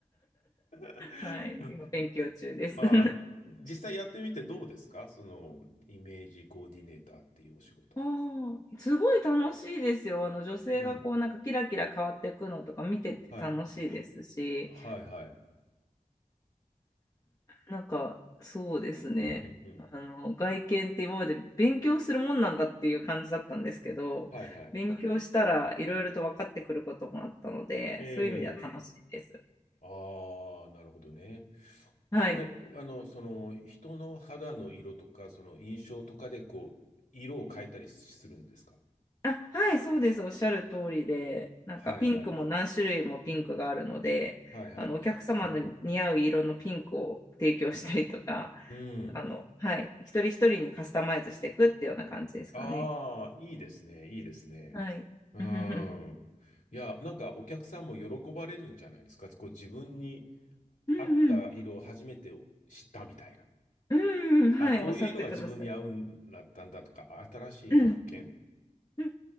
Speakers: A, on the left; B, on the left.
A: あ
B: はい。今勉強中です。
A: あ
B: <laughs>
A: 実際やってみてどうですかその、イメージコーディネーターっていうお仕事。
B: あーすごい楽しいですよ。あの女性がこうなんかキラキラ変わっていくのとか見てて楽しいですし、
A: うん。はい。はい、はい。
B: なんか、そうですね。
A: うん、うん。
B: あの、外見って今まで勉強するもんなんだっていう感じだったんですけど、
A: はい、はい。
B: 勉強したらいろいろと分かってくることもあったので、
A: ええ。
B: そういう意味では楽しいです。
A: ああ、なるほどね。
B: はい。
A: これ、あの、その、人の肌の色とか、その印象とかで、こう、色を変えたりするんですか
B: あ、はい、そうです。おっしゃる通りで、なんかピンクも何種類もピンクがあるので、
A: はいはい。はいはい。
B: あの、お客様の似合う色のピンクを提供したりとか、
A: うん。
B: あの、はい、一人一人にカスタマイズしていくっていうような感じですかね。
A: ああ、いいですね。いいですね。
B: はい。
A: うん。
B: うんうんうん。
A: いや、なんかお客さんも喜ばれるんじゃないですか。こう自分に
B: うんうん
A: 合った色を初めて知ったみたいな。
B: うんはい、
A: あ、こういう色が自分に合うんだったんだとか、
B: おっしゃってください。
A: 新しい発見
B: うん、うんそ